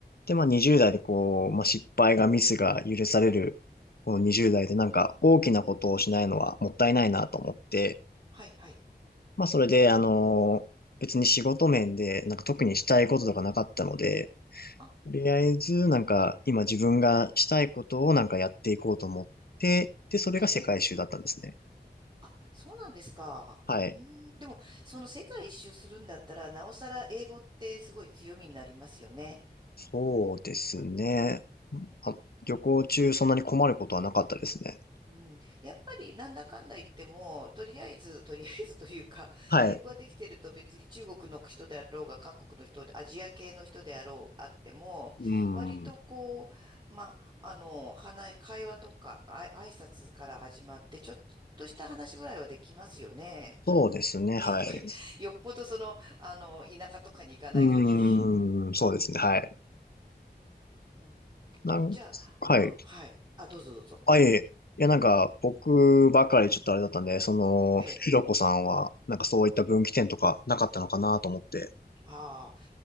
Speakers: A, on the left; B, on the right.
A: でまあ20代でこう、まあ、失敗がミスが許されるこの20代でなんか大きなことをしないのはもったいないなと思って、
B: はいはい。
A: まあそれであの、別に仕事面でなんか特にしたいこととかなかったので、
B: あ、
A: とりあえず、なんか、今自分がしたいことをなんかやっていこうと思って、で、それが世界一周だったんですね。
B: ええ。あ、そうなんですか。
A: はい。
B: うーん。でも、その世界一周するんだったら、なおさら英語ってすごい強みになりますよね。
A: そうですね。あ、旅行中そんなに困ることはなかったですね。
B: うん、やっぱりなんだかんだ言っても、とりあえず、とりあえずというか、<laughs>
A: はい。
B: 英語ができてると別に中国の人であろうが、韓国の人で、アジア系の人であろう、あっても、
A: うん。
B: 割とこう、まあ、あの、話、会話とか、あい、挨拶から始まって、ちょっとした話ぐらいはできますよね、多分。
A: そうですね。
B: ねえ、
A: はい。
B: とか言って、<laughs> よっぽどその、あの、田舎とかに行かない限り。
A: うーん。そうですね。はい。
B: うん。
A: なん、
B: じゃあ、
A: はい。
B: うん、はい。あ、どうぞどうぞ。
A: あ、いえいえ。いや、なんか、僕ばかりちょっとあれだったんで、その、
B: ええ。
A: ひろこさんは、なんかそういった分岐点とかなかったのかなと思って。
B: ああ。